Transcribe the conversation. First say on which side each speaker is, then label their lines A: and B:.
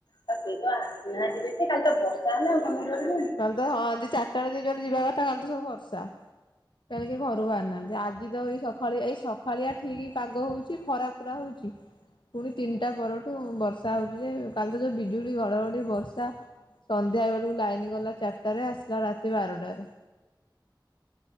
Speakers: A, on the left; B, on the left.
A: ତ କେଇ ତ ଆସିନାହାନ୍ତି ବେଶୀ କାଲି ତ ବର୍ଷା ହେଲା ଆଉ କନ କରିବି।
B: କାଲି ତ ହଁ ଯିଏ ଚାରଟା ବେଳେ ଯିଏ ଯୁଆଡେ ଯିବା କଥା କାଲି ତ ସବୁ ବର୍ଷା। କାଲି କେହି ଘରୁ ବାହାରି ନାହାନ୍ତି ଆଜି ତ ଏଇ ସ ଖାଳେ ଏଇ ସଖାଳିଆ ଠିକ୍ ପାଗ ହଉଚି ଖରା ପୁରା ହଉଚି। ପୁଣି ତିନି ଟା ପରଠୁ ବର୍ଷା ହଉଚି ଯେ କାଲି ତ ଯୋଉ ବିଜୁଳି, ଘଡ଼ଘଡ଼ି, ବର୍ଷା। ସନ୍ଧ୍ୟା ବେଳୁ ଲାଇନ୍ ଗଲା ଚାରଟାରେ ଆସିଲା ରାତି ବାରଟାରେ।